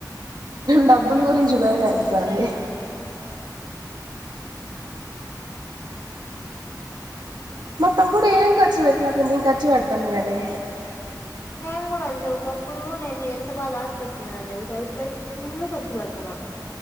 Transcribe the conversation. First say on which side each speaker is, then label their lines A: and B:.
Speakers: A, on the right; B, on the left.
A: డబ్బులు కూర చుభయస్తన్నది మా తమ్ముడు ఏం ఖర్చు పెట్టలేక నేను ఖర్చు పెడతాను గానీ
B: నేను కూడా అంతే ఒకప్పుడు నేను ఎంత బాగా ఆశపెట్టినదని తెలుసి అయిపోయి ఇంలు ఖర్చు పెడుతున్నా